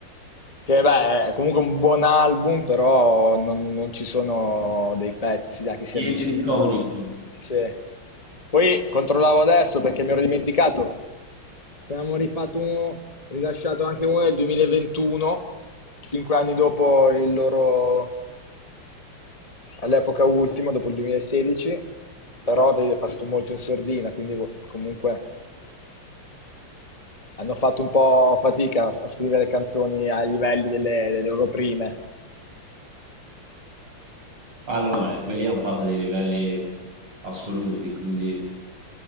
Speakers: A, on the left; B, on the right.
A: che beh, è comunque un buon album, però non, non ci sono dei pezzi da che si
B: niente
A: avvicinano.
B: di iconico.
A: Sì. Poi controllavo adesso perché mi ero dimenticato. Ne Abbiamo rifatto uno, rilasciato anche uno nel 2021, cinque anni dopo il loro All'epoca ultimo, dopo il 2016, però vedi, è passato molto in sordina, quindi vo- comunque hanno fatto un po' fatica a, a scrivere canzoni ai livelli delle, delle loro prime.
B: Ah no, vabbè, quelli hanno fatto dei livelli assoluti, quindi